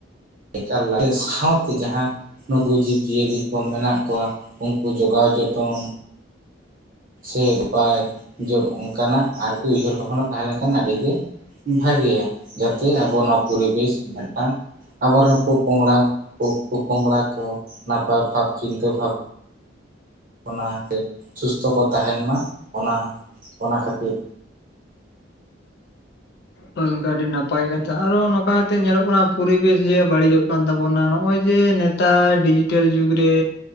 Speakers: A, on the right; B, on the left.
A: ᱮᱠᱟᱞ ᱞᱟᱠᱛᱤᱭᱟ ᱥᱟᱶ ᱛᱮ ᱡᱟᱦᱟᱸ ᱱᱩᱠᱩ ᱡᱤᱵᱽ ᱡᱤᱭᱟᱹᱞᱤ ᱠᱚ ᱢᱮᱱᱟᱜ ᱠᱚᱣᱟ ᱩᱱᱠᱩ ᱡᱚᱜᱟᱣ ᱡᱚᱛᱚᱱ ᱥᱮ ᱩᱯᱟᱭ, ᱡᱮ ᱚᱱᱠᱟᱱᱟᱜ ᱟᱨᱠᱤ ᱩᱭᱦᱟᱹᱨ ᱵᱷᱟᱵᱽᱱᱟ ᱛᱟᱦᱮᱸ ᱞᱮᱱᱠᱷᱟᱱ ᱟᱰᱤ ᱜᱮ ᱵᱷᱟᱜᱮᱭᱟ, ᱡᱟᱛᱮ ᱟᱵᱚ ᱱᱚᱣᱟ ᱯᱚᱨᱤᱵᱮᱥ ᱢᱤᱫᱴᱟᱝ ᱟᱵᱚ ᱨᱮᱱ ᱯᱳ ᱯᱚᱝᱲᱟ, ᱯᱳ ᱯᱳ ᱯᱚᱝᱲᱟ ᱠᱚ ᱱᱟᱯᱟᱭ ᱵᱷᱟᱵᱽ ᱪᱤᱱᱛᱟᱹ ᱵᱷᱟᱵ ᱵᱟᱱᱟ ᱪᱮ ᱥᱩᱥᱛᱷᱚ ᱠᱚ ᱛᱟᱦᱮᱸᱱ ᱢᱟ, ᱚᱱᱟ ᱚᱱᱟ ᱠᱷᱟᱹᱛᱤᱨ
B: ᱦᱳᱭ ᱜᱚᱝᱠᱮ ᱟᱹᱰᱤ ᱱᱟᱯᱟᱭ ᱠᱟᱛᱷᱟ᱾ ᱟᱨᱚ ᱱᱚᱝᱠᱟ ᱠᱟᱛᱮ ᱧᱮᱞᱚᱜ ᱠᱟᱱᱟ ᱯᱚᱨᱤᱵᱮᱥ ᱡᱮ ᱵᱟᱹᱲᱤᱡᱚᱜ ᱠᱟᱱ ᱛᱟᱵᱚᱱᱟ ᱱᱚᱜᱼᱚᱭ ᱡᱮ ᱱᱮ ᱴᱟᱭ ᱰᱤᱡᱤᱴᱮᱞ ᱡᱩᱜᱽ ᱨᱮ